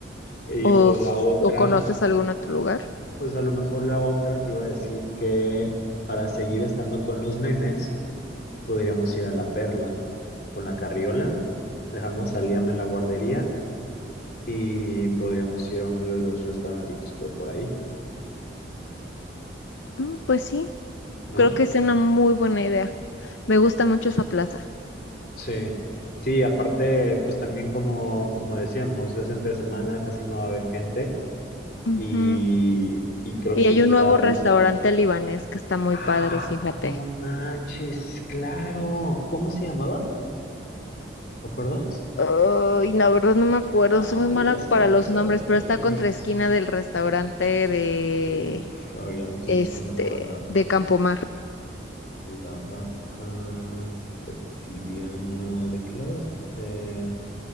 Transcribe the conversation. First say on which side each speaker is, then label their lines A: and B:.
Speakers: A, on the left; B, on the left.
A: y-
B: ¿O,
A: o
B: s-
A: la otra,
B: o conoces algún otro lugar?
A: pues a lo mejor la otra te iba a decir que para seguir estando con los nenes Podríamos ir a La Perla con la carriola, dejamos a Liam en la guardería y podríamos ir a uno de los restaurantitos pues, por ahí,
B: Mm, pues sí,
A: ¿no?
B: creo que es una muy buena idea. Me gusta mucho esa plaza.
A: Sí, sí, aparte, pues también como, como decíamos, es entre semana, casi no va a haber gente
B: Ujú.
A: y, y creo
B: Y
A: que
B: hay
A: está
B: un nuevo
A: a gusto.
B: restaurante libanés que está muy
A: Ah,
B: padre, fíjate.
A: no manches, claro. ¿Cómo se llamaba? ¿Te acuerdas?
B: Ay, la verdad no me acuerdo,
A: No
B: soy
A: me
B: muy
A: digas
B: mala
A: eso,
B: para los nombres, pero está
A: Yanix.
B: contra esquina del restaurante de
A: Uf, a ver, ya lo estoy
B: este
A: buscando por acá.
B: de Campomar,
A: La vaca cotidiano. ¿De qué lado es? Eh,